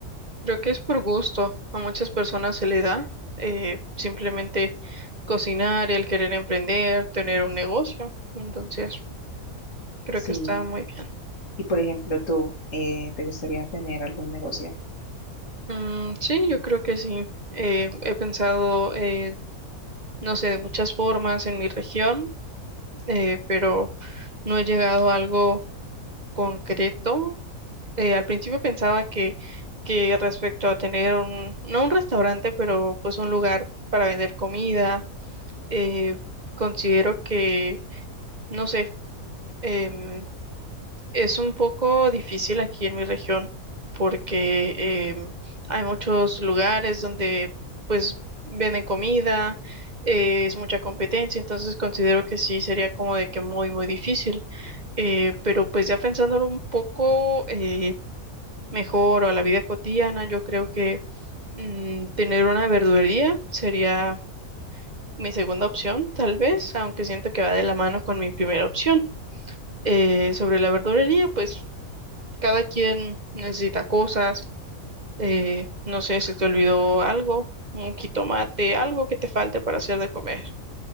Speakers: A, on the right; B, on the left.
A: Creo que es por gusto. A muchas personas se le da eh, simplemente cocinar, el querer emprender, tener un negocio. Entonces, creo
B: Sí.
A: que está muy bien.
B: Y por ejemplo, tú, eh, ¿te gustaría tener algún negocio?
A: Mm, sí, yo creo que sí. Eh, he pensado, eh, no sé, de muchas formas en mi región, eh, pero no he llegado a algo concreto. Eh, al principio pensaba que, que respecto a tener un, no un restaurante, pero pues un lugar para vender comida eh, considero que, no sé, em, es un poco difícil aquí en mi región porque em, hay muchos lugares donde pues venden comida, eh, es mucha competencia, entonces considero que sí sería como de que muy, muy difícil. Eh, pero pues ya pensándolo un poco eh, mejor o a la vida cotidiana, yo creo que mm, tener una verdulería sería Mi segunda opción, tal vez, aunque siento que va de la mano con mi primera opción. Eh, sobre la verdulería, pues cada quien necesita cosas. eh, no sé si te olvidó algo, un jitomate, algo que te falte para hacer de comer.